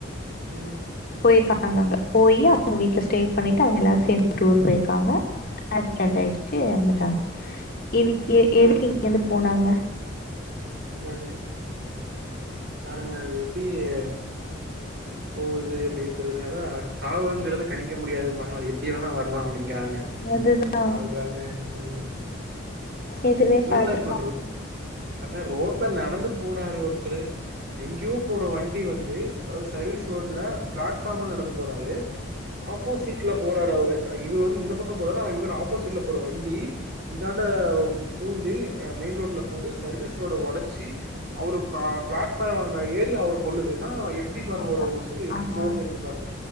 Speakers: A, on the right; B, on the left.
A: ம்
B: போய்ருக்காங்கக அங்க போயி அவங்க வீட்ல ஸ்டே பண்ணிட்டு அவங்க எல்லாரு சேர்ந்துட்டுர் போய்ருக்காங்க ஆக்சிடென்ட்
A: ம்
B: ஆய்டுச்சு வந்துட்டாங்க எதுக்கு எதுக்கு இங்கந்து போனாங்க
A: அதானே பாருங்க அது எப் ப்டியெ போகுது அப்டின்றதுனால சாவுங்கறது கணிக்க முடியாதும்பாங்க எப்டி வேணா வரலா அப்டிங்கறாங்க
B: அதுதா
A: அதுதானே ம்
B: இதுவே
A: ஒண்ணு
B: பாத்துருக்காங்க
A: இல்ல இப்ப ருட் அத ரோட்டல நடந் வந்து போறாரு ஒருத்தரு எங்கேயோ போற வண்டி வந்து அதாது சர்வீஸ் ரோட்ல ப்ளாட்ஃபார்ம்ல நடந்து போறாரு ஆப்போசிட்ல போறாரு அவுரு இவர் வந்து இந்த பக்க பொராரா இவர் ஆப்போசிட்ல போற வண்டி இந்தாண்ட பூந்து ஆ மெயின் ரோட்ல பூந்து சர்வீஸ் ரோட ஒடச்சி அவுரு கா பிளாட்ஃபார்ம் மேல ஏறி அவர கொல்லுதுன்னா எப் எப்டி பாருங்க
B: அதா
A: ஒரு
B: அதா
A: உசுரு எப்டி
B: அதா
A: போகனுனு இருக்கு பாருங்க